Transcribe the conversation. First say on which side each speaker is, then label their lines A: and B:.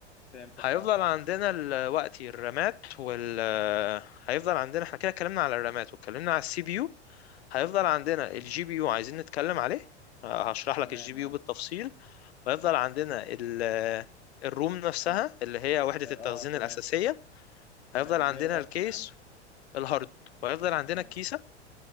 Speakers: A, on the left (about 85°); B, on the left (about 65°).
A: فهمتك
B: هيفضل
A: اه
B: عندنا الوقت الرامات وال هيفضل عندنا احنا كده اتكلمنا على الرامات واتكلمنا على السي بي يو هيفضل عندنا الجي بي يو عايزين نتكلم عليه هشرح
A: تمام
B: لك الجي بي
A: اه
B: يو بالتفصيل وهيفضل عندنا ال الروم نفسها
A: اه
B: اللي هي وحدة التخزين
A: آه، تمام
B: الأساسية
A: تمام
B: هيفضل عندنا
A: اللي هي الهارد
B: الكيس
A: يعني
B: الهارد وهيفضل عندنا
A: اه
B: الكيسة